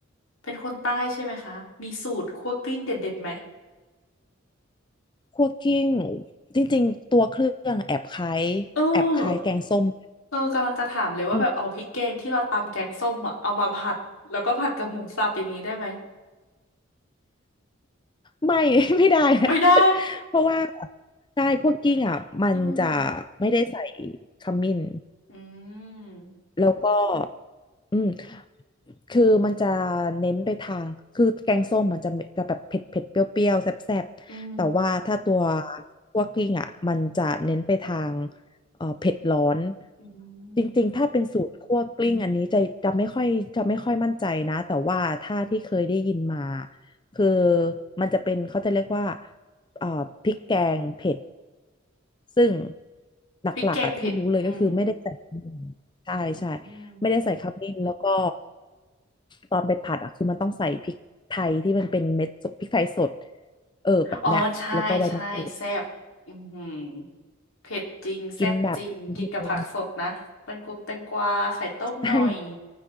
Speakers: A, on the left; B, on the left.
A: เป็นคนใต้ใช่ไหมคะ มีสูตรคั่วกลิ้งเด็ดๆไหม
B: คั่วกิ้ง จริงๆ ตัวเครื่องแอบคล้ายแอบคล้ายแกงส้ม
A: เออเออกำลังจะถามเลยว่าแบบเอาพริกแกงที่เราตำแกงส้มอะเอามาผัดแล้วก็ผัดกับหมูสับอย่างนี้ได้ไหม
B: อืมไม่ <laughs> ไม่ได้นะ
A: ไม่ได้
B: <laughs> เพราะว่าใช่คั่วกิ้งอ่ะมันจะ
A: <laughs> อืม
B: ไม่ได้ใส่ขมิ้น
A: อืม
B: แล้วก็อืมคือมันจะเน้นไปทางคือแกงส้มมันจะจะแบบเผ็ดเผ็ดเปรี้ยวๆแซ่บๆแต่ว่าถ้าตัว
A: อืม
B: คั่วกลิ้งอ่ะมันจะเน้นไปทางเอ่อเผ็ดร้อน
A: อื
B: จริงๆถ้าเป็นสูตรคั่วกลิ้งอันนี้จะจะไม่ค่อยจะไม่ค่อยมั่นใจนะแต่ว่าถ้าที่เคยได้ยินมา
A: มอืม
B: คือมันจะเป็นเขาจะเรียกว่าเอ่อพริกแกงเผ็ดซึ่งหลักๆอ่ะที่รู้เลยก็คือไม่ได้ใส่
A: พริกแกงเผ็ดอืม
B: ใช่ใช่
A: อืม
B: ไม่ได้ใส่ขมิ้นแล้วก็ตอนไปผัดอ่ะคือมันต้องใส่พริกไทยที่มันเป็นเม็ดสดพริกไทยสดเออแบบเนี้ยแล้วก็ใบมะกรูด
A: อ๋อใช่ใช่แซ่บอือหือเผ็ดจริงแซ่บจริงกินกับผักสดนะแตงกวงแตงกวาไข่ต้มหน่อย
B: กินแบบทีนึงใช่